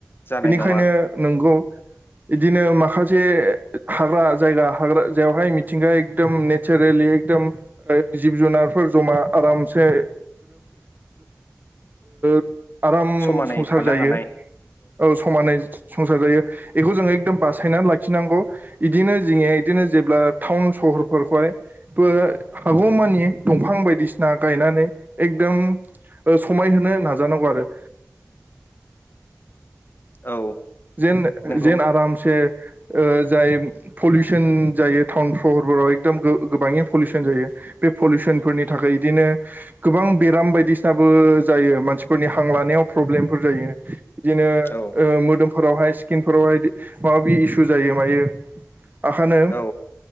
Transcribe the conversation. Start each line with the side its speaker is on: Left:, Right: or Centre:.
Left: जानाय
Right: बेनिखायनो
Left: नङा
Right: नोंगौ इदिनो माखासे हाग्रा जायगा हाग्रा जावहाय मिथिंगाया एकदम नेचारेलि एकदम जिब जुनारफोर जमा आरामसे <unintelligible> आराम
Left: समानै
Right: संसार
Left: थानो
Right: जायो
Left: हानाय
Right: औ समानै संसार जायो इखौ जोङो एखकदम बासायनानै लाखिनांगौ इदिनो जिंए इदिनो जेब्ला टाउन सहरफोरखौहाय बो हागौमानि दंफां बायदिसिना गायनानै एकदम ओ समायहोनो नाजानांगौ आरो बो
Left: औ
Right: जेन
Left: नंगौ
Right: जेन आरामसे ओ जाय पलिउसन जायो टाउन सहरफोराव एकदम गोबाङै पलिउसन जायो बे पलिउसनफोरनि थाखाय इदिनो गोबां बेराम बायदिसिनाबो जायो मानसिफोरनि हां लानायाव प्रब्लेमफोर जायो बिदिनो
Left: औ
Right: ओ मोदोम फोरावहाय स्किनफोरावहाय माबाबि इसु जायो मायो आखानो
Left: औ